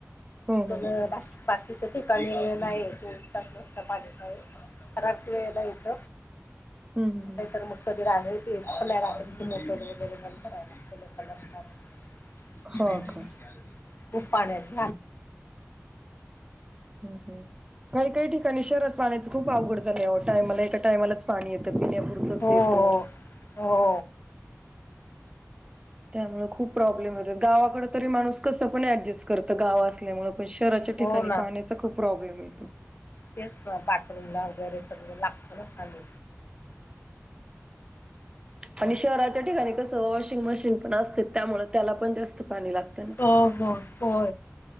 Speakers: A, on the right (about 15°); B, on the left (about 45°).
A: हं हं
B: प
A: हं
B: बा बाकीच्या ठिकाणी नाही चोवीस तास वाजता पाणी तराट य यत
A: हं हं
B: का तर मग सग रात्री ते प रात्रीची मोटर वगैरे ब बरायला पंटिंग
A: हो का
B: खूप पाण्याच
A: हम्म हम्म काही काही ठिकाणी शहरात पाण्याचं खूप अवघड झालं आहे टायमाला एका टायमालाच पाणी येतं पिल्या होतच
B: हो
A: येत
B: हो
A: त्यामुळे खूप प्रॉब्लेम येतात गावाकड तरी माणूस कसं पण ऍडजस्ट करत गाव असल्यामुळे पण शहराच्या
B: हो
A: ठिकाणी पाण्याचा खूप प्रॉब्लेम येतो
B: तेचग बाथरूम ला वगैरे सगळ लागतो ना आम्ही
A: आणि शहराच्या ठिकाणी कसं वॉशिंग मशीन पण असते त्यामुळे त्याला पण जास्त पाणी लागत
B: हो हो हो